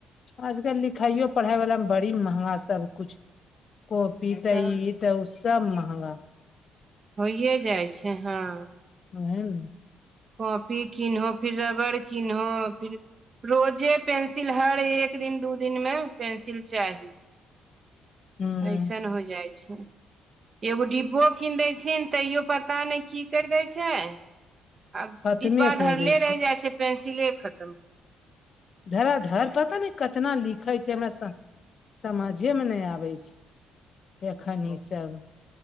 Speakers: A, on the left; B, on the right.
A: आजकल लिखाइयो पड़हाइ बला मे बड़ी महगा सबकुछ कॉपी तऽ
B: तब
A: इ। तब सब महंगा।
B: होइए जाय छै हाँ।
A: उहे नू।
B: कॉपी किनहो फिर रबड़ किनहो फिर- रोजे पेंसिल हर एक दिन दू दिनमे पेंसिल चाहि।
A: हूँ
B: ऐसन हो जाय छै। एगो डिब्बो किन दै छियै तैयो पता नेै कि कैर दै छै। आ
A: खतमे
B: डिब्बा
A: कैर
B: धरले
A: दै
B: रैह जाय छै पेंसिले खत्म।
A: धरा धरा पता ने कितना लिखै छै हमरा समझे में नै आब। है छै एखन इ सब।